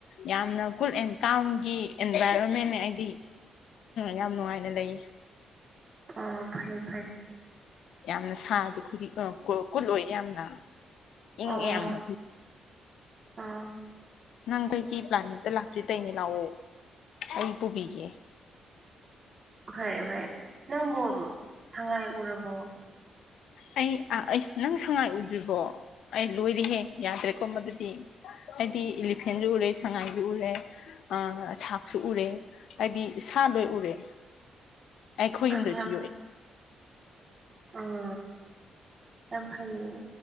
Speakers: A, on the left; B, on the right.
A: ꯌꯥꯝꯅ ꯁꯀꯨꯜ ꯑꯦꯟ ꯇꯥꯎꯟꯒꯤ ꯑꯦꯟꯚꯥꯏꯔꯣꯟꯃꯦꯟ ꯑꯩꯗꯤ ꯌꯥꯝ ꯅꯨꯡꯉꯥꯏꯅ ꯂꯩꯌꯦ
B: ꯑꯣ ꯐꯩ ꯐꯩ
A: ꯌꯥꯝꯅ ꯁꯥꯗꯤꯦ ꯈꯨꯗꯤ ꯀꯨꯠꯂꯣꯏꯦ ꯌꯥꯝꯅ ꯏꯪꯉꯦ
B: ꯑꯣ
A: ꯌꯥꯝꯅ
B: ꯑꯣ
A: ꯅꯪ ꯀꯩ ꯀ ꯄ꯭ꯂꯥꯅꯤꯡꯇ ꯂꯥꯛꯈꯤ ꯦ ꯅꯎ ꯑꯩꯜ ꯄꯨꯨꯕꯒ
B: ꯐꯔꯦ ꯐꯔꯦ ꯅꯪꯕꯨ ꯁꯉꯥꯏ ꯎꯔꯕꯣ
A: ꯑꯩ ꯑꯩꯁ ꯅꯪ ꯁꯉꯥꯏ ꯎꯗ꯭ꯔꯤꯕꯣ ꯑꯩ ꯂꯣꯏꯔꯤꯍꯦ ꯌꯥꯗ꯭ꯔꯦꯀꯣ ꯃꯗꯨꯗꯤ ꯍꯥꯏꯗꯤ ꯏꯂꯤꯐꯦꯟꯁꯨ ꯎꯔꯦ ꯁꯉꯥꯏꯁꯨ ꯎꯔꯦ ꯑ ꯁꯥꯛꯁꯨ ꯎꯔꯦ ꯍꯥꯏꯗꯤ ꯁꯥ ꯂꯣꯏ ꯎꯔꯦ ꯑꯩ ꯈꯨꯌꯨꯝꯗ
B: ꯑꯗꯨ
A: ꯁꯤ
B: ꯑꯣ ꯌꯥꯝ ꯐꯩꯌꯦ